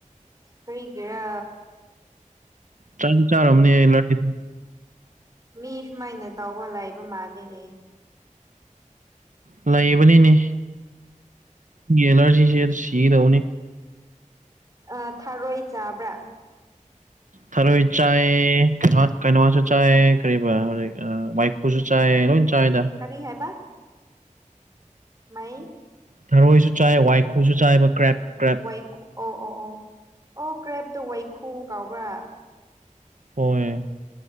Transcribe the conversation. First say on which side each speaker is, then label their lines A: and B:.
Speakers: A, on the right; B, on the right.
A: ꯀꯔꯤꯒꯤꯔꯥ
B: ꯇꯟ ꯆꯥꯔꯝꯃꯅꯤꯍꯦ <unintelligible>
A: ꯃꯤ ꯁꯨꯃꯥꯏꯅ ꯇꯥꯎꯕ ꯂꯩꯕ ꯃꯥꯜꯂꯤꯅꯦ
B: ꯂꯩꯕꯅꯤꯅꯦ ꯑꯦꯂꯔꯖꯤꯁꯦ ꯁꯤꯗꯧꯅꯤ
A: ꯑꯥ ꯊꯥꯔꯣꯏ ꯆꯕ꯭ꯔꯥ
B: ꯊꯔꯣꯏ ꯆꯥꯏ ꯀꯩꯅꯣ ꯀꯩꯅꯣꯁꯨ ꯆꯥꯏ ꯀꯔꯤꯕ ꯍꯧꯖꯤꯛ ꯋꯥꯏꯈꯨꯁꯨ ꯆꯥꯏ ꯂꯣꯏ ꯆꯥꯏꯗ
A: ꯀꯔꯤ ꯍꯥꯏꯕ ꯃꯩ
B: ꯊꯔꯣꯏꯁꯨ ꯆꯥꯏ ꯋꯥꯏꯈꯨꯁꯨ ꯆꯥꯏꯕ ꯀ꯭ꯔꯦꯞ ꯀ꯭ꯔꯦꯞ
A: ꯋꯥꯏꯈꯨ ꯑꯣ ꯑꯣ ꯑꯣ ꯑꯣ ꯀ꯭ꯔꯦꯞꯇꯣ ꯋꯥꯏꯈꯨ ꯀꯥꯎꯕ꯭ꯔꯥ
B: ꯍꯣꯏ